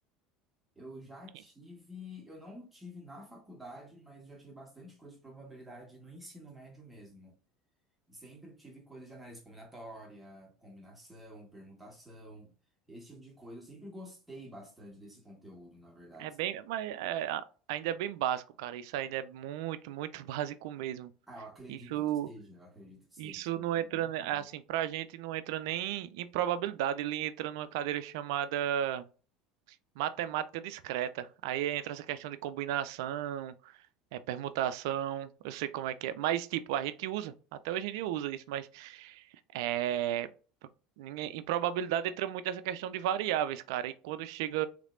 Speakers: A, in the centre; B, on the right.
A: eu já tive.
B: que
A: Eu não tive na faculdade, mas eu já tive bastante coisa de probabilidade no ensino médio mesmo. Sempre tive coisa de análise combinatória, combinação, permutação, esse tipo de coisa. Eu sempre gostei bastante desse conteúdo, na verdade.
B: é bem, mas é, a- ainda é bem básico, cara. Isso ainda é muito, muito <laughs> básico mesmo.
A: Ah, eu acredito
B: Isso
A: que seja, eu acredito que seja.
B: Isso
A: Isso
B: não
A: tem
B: entra,
A: muito
B: ne- assim,
A: mais.
B: pra gente não entra nem em probabilidade, ele entra numa cadeira chamada matemática discreta. Aí entra essa questão de combinação, é, permutação, eu sei como é que é. Mas, tipo, a gente usa, até hoje em dia usa isso, mas é, p- ninguém- em probabilidade entra muito essa questão de variáveis, cara. E quando chega